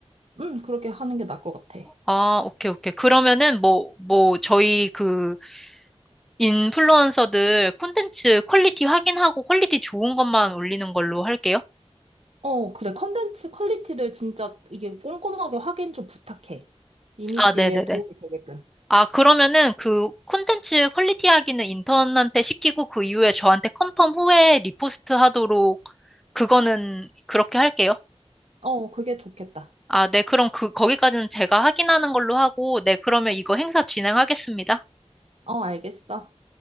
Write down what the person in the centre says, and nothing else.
아, 오케이, 오케이. 그러면은 뭐, 뭐, 저희 그 인플루언서들 콘텐츠 퀄리티 확인하고 퀄리티 좋은 것만 올리는 걸로 할게요.
아, 네네네.
아, 그러면은 그 콘텐츠 퀄리티 확인은 인턴한테 시키고 그 이후에 저한테 컨펌 후에 리포스트 하도록 그거는 그렇게 할게요.
아, 네. 그럼 그, 거기까지는 제가 확인하는 걸로 하고, 네. 그러면 이거 행사 진행하겠습니다.